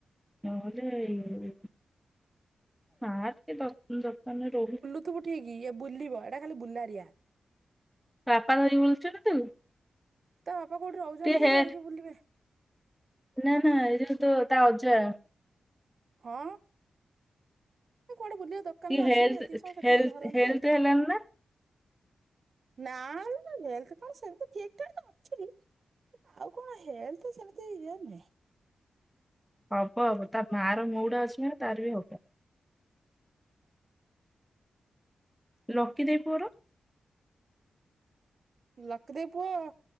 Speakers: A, in the centre; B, on the right.
A: ନହେଲେ ଆ <unintelligible>
B: ଥିବୁ ଠିକି ଇଏ ବୁଲିବ ଏଟା ଖାଲି ବୁଲାରିଆ।
A: ତା ବାପା ଧରି ବୁଲଚନ୍ତି ନାଁ ତୁ?
B: ତା ବାପା କୋଉଠି ରହୁଛନ୍ତି
A: ଟିକେ ହେ
B: ଯେ ଧରିକି ବୁଲିବେ।
A: ନା ନା ଏଇ ଯୋଉ ତୋ ତା ଅଜା।
B: ହଁ ଏ କୁଆଡେ ବୁଲିବ ଦୋ କାନ
A: ଟିକେ
B: ରୁ
A: ହେଲ୍ଥ
B: ଆସିଲେ ଯେତିକି ସମୟ ସେତିକି
A: ହେଲ୍ଥ
B: ଧରନ୍ତି
A: ହେଲ୍ଥ
B: ଆଉ।
A: ହେଲାଣି ନା
B: ନା ଲୋ ହେଲଥ୍ କଣ ସେମିତି ଠିକ୍ ଠାକ୍ ଅଛି। ଆଉ କଣ ହେଲଥ୍ ସେମିତି ଇଏ ନୁହେଁ।
A: ହବ ହବ ତା ମା ର ମୁଉଡ୍‌ ଅଛି ମାନେ ତାର ବି ହବ। ଲକି ଦେଇ ପୁଅର?
B: ଲକି ଦେଇ ପୁଅ ଆଉ।